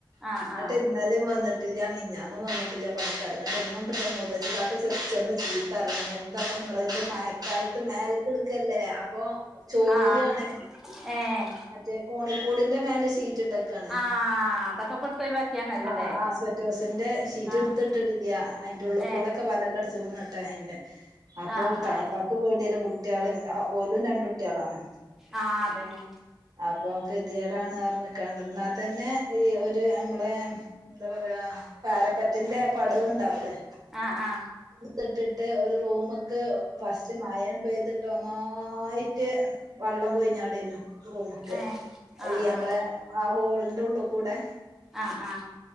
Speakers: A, in the centre; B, on the right.
A: ആഹ്
B: എന്നട്ട്
A: ആഹ്
B: ഇന്നലേം വന്നിട്ട് ഇല്ല മിഞ്ഞാന്നും വന്നിട്ടില്ല പണിക്കാർ ഇന്നിണ്ട് ഇപ്പ മൂത്തച്ചിക്കാക്ക ചെന്ന് ചീത്ത പറയണ് എന്താപ്പ നിങ്ങള് ഇത് മയക്കാലത്ത് മേൽക്കെട് ല്ലേ അപ്പൊ ചോരിയാണേ
A: ആഹ് ആഹ് ഏഹ്
B: അതെ കോണി കൂടിന്റെ മേല ശീറ്റ് ഇട്ടേക്കാണ്
A: ആഹ് അതൊക്കെ ഇപ്പടുത്ത് ഒഴിവാക്കിയാണല്ലോല്ലേ
B: ആ ആ ആസ്പറ്റോസിന്റെ ഷീറ്റ്
A: ആഹ്
B: എടുത്തിട്ടില്ല അതിന്റെ ഉള്ള
A: ഏഹ്
B: കൂടൊക്കെ വലകടിച്ച് അ നട്ട അതിന്റെ അപ്പൊ
A: ആഹ്
B: താത്താക്ക്
A: ആഹ്
B: പേടിയല്ലേ കുട്ടികളും ഓലും രണ്ട് കുട്ടികളാണ്
A: ആ അതെന്നെ
B: അപ്പൊ കെത്യാടാണ്ന്ന് പറഞ്ഞിക്കാണ്ട് എന്നാ തന്നെ ഈ ഒരു നമ്മളെ എന്താ പറയാ പാരപ്പറ്റിന്റെ പടവുണ്ടാവൂല്ലേ
A: ആഹ ആഹ
B: ഇട്ടിട്ട് ഒരു റൂമ്ക്ക് ഫസ്റ്റ് മഴണ്ട് പെയ്തിട്ട് ഒന്നായിട്ട് വള്ളം കൊഴിഞ്ഞാടയ്നു റൂമ്ക്ക്
A: ഏഹ് ആഹ്
B: ഈ നമ്മളെ
A: ആഹ്
B: ആ ഹോൾ ണ്ടെ ള്ളൂ ക്കൂടെ
A: ആ ആ